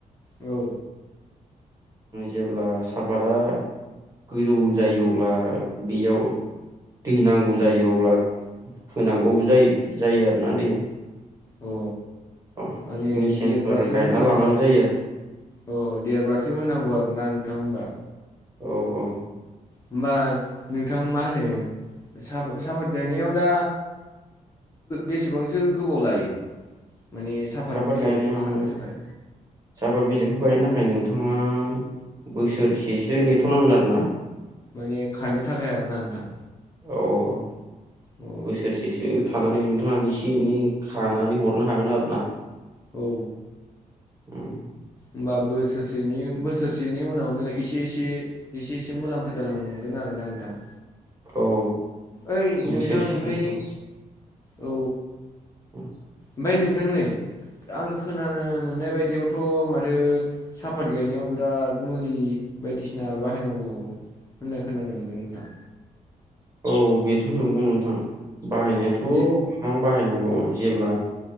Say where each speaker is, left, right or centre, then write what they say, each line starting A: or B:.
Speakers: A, on the left; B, on the right.
A: औ
B: जेब्ला साफातआ गोजौ जायो अब्ला बेयाव दै नांगौ जायो अब्ला होनांगौ जायो जायो आरोना दै
A: अ
B: अ
A: माने
B: मेसिनफोर
A: देरबासो
B: गायना
A: होनांगौ
B: लानांगौ जायो आरो
A: औ देरबासो होनांगौ आरोना नोंथां होनबा
B: औ औ
A: होमबा नोंथां मा होनो साफ साफात गायनायाव दा बेसेबांसो गोबाव लायो माने साफात
B: सापात
A: बिलाइखौ
B: गायनायाव
A: खानो थाखाय
B: सापात बिलाइखौ गायनो थाखाय नों नोंथाङा बोसोरसेसो नेथनांगोन आरोना
A: माने खानो थाखाय आरोना नोंथां
B: औ औ
A: अ औ
B: बोसोरसेसो थां खानानै नोंथाङा एसे एनै खानानै हरनो हागोन आरो ना
A: औ औ
B: उम
A: होमबा बोसोरसेनि बोसोर बोसोरसेनि उनावनो एसे एसे एसे एसे मुलाम्फा जालांगोन आरोना नोंथां
B: औ औ
A: ओइ नोंथां
B: बोसोरसे
A: ओमफ्राय
B: औ
A: औ
B: उम
A: ओमफ्राय नोंथां नै आं खोनानो मोननाय बायदियाव थ' माथो साफात गायनायाव बिराद मुलि बायदिसिना बाहायनांगौ होननाय खोनानो मोनदों नोंथां
B: औ बेथ' नंगौ नोंथां बाहायनायाथ' गोबां
A: जे
B: बाहायनांगौ जेब्ला